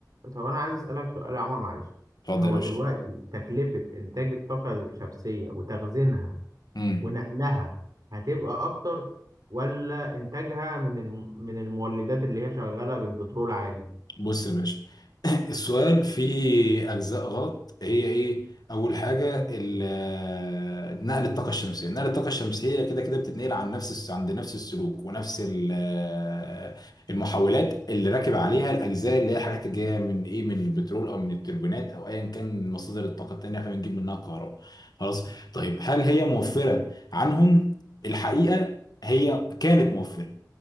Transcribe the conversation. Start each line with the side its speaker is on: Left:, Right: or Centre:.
Right: طب انا عايز اسألك سؤال يا عمر معلش
Left: اتفضل
Right: هو
Left: يا باشا
Right: دلوقتي تكلفة انتاج الطاقة الشمسية وتخزينها
Left: امم
Right: ونقلها هتبقى اكتر ولا انتاجها من الم... من المولدات اللي هي شغالة بالبترول عادي؟
Left: بص يا باشا <clears throat> السؤال فيه أجزاء غلط هي إيه؟ أول حاجة
Right: مم.
Left: ال- آه، نقل الطاقة الشمسية، نقل الطاقة الشمسية كده كده بتتنقل عن نفس الس- عند نفس السلوك ونفس ال- آه، المحولات اللي راكب عليها الأجزاء اللي هي الحاجات اللي جاية من إيه؟ من البترول أو من التربينات أو أيا كان مصادر الطاقة التانية إحنا بنجيب منها الكهرباء. خلاص؟ طيب هل هي موفرة عنهم؟ الحقيقة هي كانت موفرة.